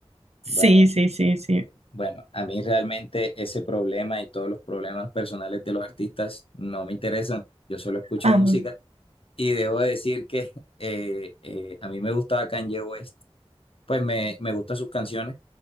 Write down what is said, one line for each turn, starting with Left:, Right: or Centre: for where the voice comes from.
Right: Sí,
Left: Bueno,
Right: sí, sí, sí.
Left: bueno, a mí realmente ese problema y todos los problemas personales de los artistas no me interesan. Yo solo escucho
Right: Am,
Left: música y debo decir que <laughs> eh, eh, a mí me gustaba Kanye West. Pues me, me gustan sus canciones